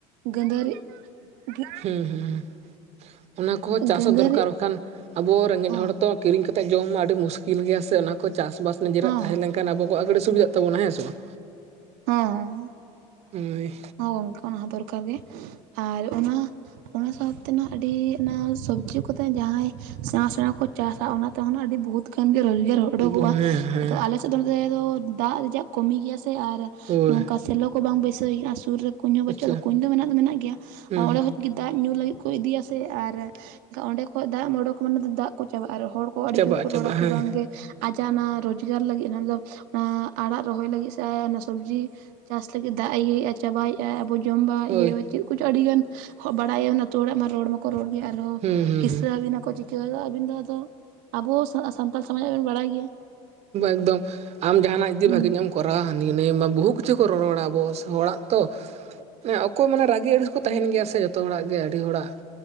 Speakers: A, on the right; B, on the right.
A: ᱜᱟᱺᱫᱷᱟᱹᱨᱤ ᱫᱷᱤ
B: ᱦᱩᱸ ᱦᱩᱸ ᱦᱩᱸ ᱚᱱᱟ ᱠᱚᱦᱚᱸ ᱪᱟᱥ
A: ᱜᱟᱹᱫᱷᱟᱹᱨᱤ
B: ᱦᱚᱸ ᱫᱚᱨᱠᱟᱨ ᱵᱟᱠᱷᱟᱱ ᱟᱵᱚ ᱨᱮᱸᱜᱮᱡ
A: ᱦᱚᱸ
B: ᱦᱚᱲ ᱛᱚ ᱠᱤᱨᱤᱧ ᱠᱟᱛᱮ ᱡᱚᱢ ᱢᱟ ᱟᱹᱰᱤ ᱢᱩᱥᱠᱤᱞ ᱜᱮᱭᱟ ᱥᱮ, ᱚᱱᱟ ᱠᱚ ᱪᱟᱥ ᱵᱟᱥ ᱱᱤᱡᱮᱨᱟᱜ
A: ᱦᱚᱸ
B: ᱛᱟᱦᱮᱸ ᱞᱮᱱ ᱟᱵᱚ ᱠᱚᱣᱟᱜ ᱠᱟᱴᱤᱡᱽ ᱥᱩᱵᱤᱫᱷᱟ ᱛᱟᱵᱚᱱᱟ ᱦᱮᱸ ᱥᱮ ᱵᱟᱝ?
A: ᱦᱳᱭ
B: ᱢᱟᱹᱚᱭ
A: ᱦᱚᱸ ᱜᱚᱝᱠᱮ ᱚᱱᱟ ᱦᱚᱸ ᱫᱚᱨᱠᱟᱨ ᱜᱮ ᱟᱨ ᱚᱱᱟ ᱚᱱᱟ ᱥᱟᱶᱛᱮ ᱢᱟ ᱟᱹᱰᱤ ᱚᱱᱟ ᱥᱚᱵᱡᱤ ᱠᱚᱛᱮ ᱡᱟᱦᱟᱸᱭ ᱥᱮᱬᱟ ᱥᱮᱬᱟ ᱠᱚ ᱪᱟᱥᱟ ᱚᱱᱟ ᱛᱮᱦᱚᱸᱱᱟᱜ ᱟᱹᱰᱤ ᱵᱚᱦᱩᱛ ᱜᱟᱱ ᱜᱮ ᱨᱚᱡᱽᱜᱟᱨ ᱩᱰᱩᱠᱚᱜᱼᱟ
B: ᱦᱩᱸ ᱦᱮᱸ ᱦᱮᱸ
A: ᱟᱫᱚ ᱟᱞᱮ ᱱᱚᱛᱮ ᱫᱚ ᱫᱟᱜ ᱨᱮᱭᱟᱜ ᱠᱚᱢᱤ ᱜᱮᱭᱟ ᱥᱮ ᱟᱨ
B: ᱦᱳᱭ
A: ᱱᱚᱝᱠᱟ ᱥᱮᱞᱚ ᱠᱚ ᱵᱟᱝ ᱵᱟᱹᱭᱥᱟᱹᱣ-ᱟ ᱥᱩᱨ ᱨᱮ ᱠᱩᱧ ᱦᱚᱸ ᱵᱟᱹᱪᱩᱜ
B: ᱟᱪᱪᱷᱟ
A: ᱟᱼᱟ ᱠᱩᱧ ᱫᱚ ᱢᱮᱱᱟᱜ ᱫᱚ ᱢᱮᱱᱟᱜ ᱜᱮᱭᱟ
B: ᱦᱩᱸ
A: ᱟᱨ ᱚᱸᱰᱮ ᱠᱷᱚᱱ ᱜᱮ ᱫᱟᱜ ᱧᱩ ᱞᱟᱹᱜᱤᱫ ᱠᱚ ᱤᱫᱤᱭᱟ ᱥᱮ ᱟᱨ ᱚᱸᱰᱮ ᱠᱷᱚᱡ ᱫᱟᱜ ᱚᱰᱚᱠ ᱢᱟᱱᱮ ᱫᱚ ᱫᱟᱜ ᱠᱚ ᱪᱟᱵᱟᱜᱼᱟ ᱟᱨ ᱦᱚᱲ ᱠᱚ ᱟᱹᱰᱤ
B: ᱪᱟᱵᱟᱜᱼᱟ
A: ᱡᱳᱨ ᱠᱚ
B: ᱪᱟᱵᱟᱜᱼᱟ
A: ᱨᱚᱲᱟ ᱠᱤ
B: ᱦᱮᱸ
A: ᱵᱟᱝᱜᱮ ᱟᱡᱟᱜ ᱚᱱᱟ ᱨᱳᱡᱽᱜᱟᱨ ᱞᱟᱹᱜᱤᱫ <inaudible> ᱚᱱᱟ ᱟᱲᱟᱜ ᱨᱚᱦᱚᱭ ᱞᱟᱹᱜᱤᱫ ᱥᱮ ᱚᱱᱟ ᱥᱚᱵᱡᱤ ᱪᱟᱥ ᱞᱟᱹᱜᱤᱫ ᱫᱟᱜ ᱮ ᱤᱭᱟᱹᱮᱫᱼᱟ ᱪᱟᱵᱟᱭᱮᱫᱼᱟ ᱟᱵᱚ ᱡᱚᱢ ᱵᱟ
B: ᱦᱳᱭ
A: ᱤᱭᱟᱹ ᱪᱮᱫ ᱠᱚᱪᱚᱝ ᱟᱹᱰᱤᱜᱟᱱ ᱵᱟᱰᱟᱭᱟ ᱚᱱᱟ ᱟᱹᱛᱩ ᱚᱲᱟᱜ ᱢᱟ ᱨᱚᱲ ᱢᱟᱠᱚ ᱨᱚᱲ ᱜᱮ ᱟᱨᱦᱚᱸ
B: ᱦᱩᱸ ᱦᱩᱸ
A: ᱦᱤᱥᱥᱟᱹ
B: ᱦᱩᱸ
A: ᱟᱹᱵᱤᱱᱟᱠᱚ ᱪᱤᱠᱟᱹ ᱟᱹᱵᱤᱱ ᱫᱚ ᱟᱫᱚ ᱟᱵᱚ ᱥᱟᱱᱛᱟᱲ ᱥᱚᱢᱟᱡᱽᱟᱜ ᱵᱤᱱ ᱵᱟᱰᱟᱭ ᱜᱮᱭᱟ᱾
B: ᱮᱠᱫᱚᱢ ᱟᱢ ᱡᱟᱦᱟᱱᱟᱜ ᱡᱩᱫᱤ
A: ᱦᱮᱸ
B: ᱵᱷᱟᱜᱤ ᱧᱚᱜ ᱮᱢ ᱠᱚᱨᱟᱣ ᱦᱟᱱᱤ ᱱᱟᱭ ᱢᱟ ᱵᱚᱦᱩ ᱠᱤᱪᱷᱩ ᱠᱚ ᱨᱚᱼᱨᱚᱲᱟ ᱟᱵᱚ ᱦᱚᱲᱟᱜ ᱛᱚᱮ
A: ᱦᱮᱸ
B: ᱚᱠᱚᱭ ᱢᱟᱱᱮ ᱨᱟᱹᱜᱤ ᱟᱹᱲᱤᱥ ᱠᱚ ᱛᱟᱦᱮᱱ ᱜᱮᱭᱟ ᱥᱮ ᱡᱚᱛᱚ ᱦᱚᱲᱟᱜ ᱜᱮ ᱟᱹᱰᱤ ᱦᱚᱲᱟᱜ